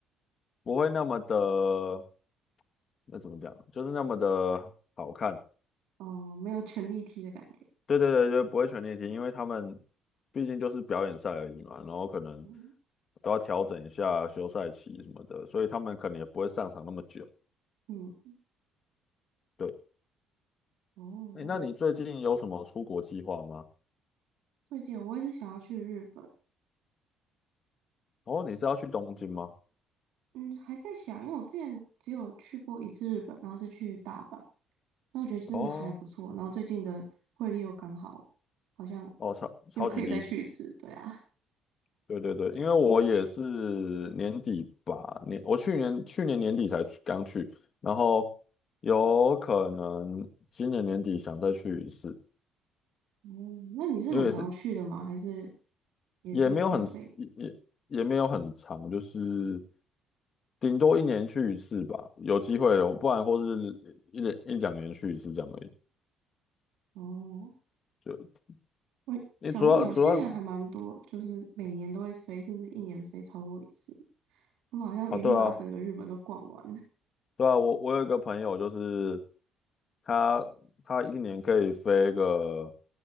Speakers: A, on the left; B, on the right.
A: 不会那么的，那怎么讲，就是那么的好看。
B: 哦，没有权力踢的感觉。
A: 对对对，就不会选练题，因为他们毕竟就是表演赛而已嘛，然后可能
B: 嗯
A: 都要调整一下休赛期什么的，所以他们可能也不会上场那么久。
B: 嗯，
A: 对，
B: 哦，
A: 诶，那你最近有什么出国计划吗？
B: 最近我也是想要去日本，
A: 哦，你是要去东京吗？
B: 嗯，还在想，因为我之前只有去过一次日本，然后是去大阪，那我觉得真的还不错，
A: 哦
B: 然后最近的汇率又刚好，好像
A: 哦，超超级低。
B: 又可以再去一次，对啊。
A: 对对对，因为我也是年底吧，年我去年去年年底才去刚去，然后有可能今年年底想再去一次。
B: 哦，那你是很常去的吗？
A: 因为也是
B: 还是也是看这个？
A: 也没有很也也也没有很长，就是顶多一年去一次吧，有机会的，不然或是一两一两年去一次这样而已。
B: 哦，
A: 就
B: 我想说有些人还蛮多，
A: 你主要主要是
B: 就是每年都会飞，甚至一年飞超过一次。他们好像已经把整个日本都逛完了。
A: 啊，对啊，对啊，我我有一个朋友，就是他他一年可以飞个